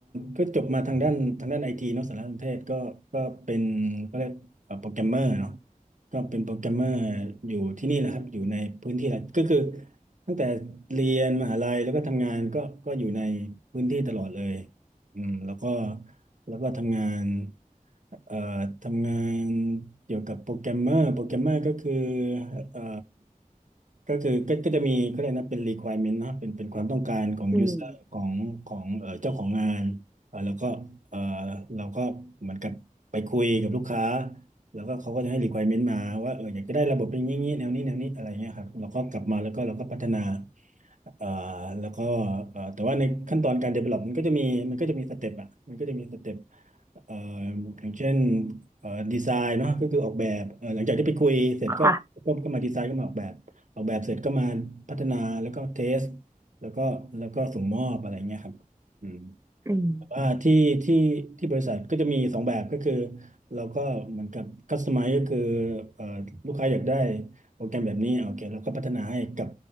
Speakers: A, on the right; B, on the right.
A: ก็จบมาทางด้านทางด้านไอทีเนาะสารสนเทศก็ก็เป็นก็เรียกโปรแกรมเมอร์เนาะก็เป็นโปรแกรมเมอร์อยู่ที่นี่แหละครับอยู่ในพื้นที่แหละก็คือตั้งแต่เรียนมหาลัยแล้วก็ทำงานก็ก็อยู่ในพื้นที่ตลอดเลยอืมแล้วก็แล้วก็ทำงานเอ่อทำงานเกี่ยวกับโปรแกรมเมอร์โปรแกรมเมอร์ก็คือเอ่อ ก็คือก็ก็จะมีเขาเรียกนะเป็น requirement นะครับเป็นเป็นความต้องการของ
B: อืม
A: user ของของเอ่อเจ้าของงานเอ่อแล้วก็เอ่อเราก็เหมือนกับไปคุยกับลูกค้าแล้วก็เขาก็จะให้ requirement มาว่าเอออยากจะได้ระบบเป็นอย่างนี้แนวนี้แนวนี้อะไรเงี้ยครับเราก็กลับมาแล้วก็เราก็พัฒนา เอ่อแล้วก็เอ่อแต่ว่าในขั้นตอนการ develop มันก็จะมีมันก็จะมีสเต็ปอ่ะมันก็จะมีสเต็ปเอ่ออย่างเช่นเอ่อดีไซน์เนาะก็คือออกแบบเอ่อหลังจากที่ไปคุยเสร็จก็ก็ก็มาดีไซน์ก็มาออกแบบออกแบบเสร็จก็มาพัฒนาแล้วก็เทส
B: ค่ะ
A: แล้วก็แล้วก็ส่งมอบอะไรเงี้ยครับอืม
B: อืม
A: แต่ว่าที่ที่ที่บริษัทก็จะมีสองแบบก็คือเราก็เหมือนกับ c u s t o m i z ก็คือเอ่อลูกค้าอยากได้โปรแกรมแบบนี้โอเคเราก็พัฒนาให้กับ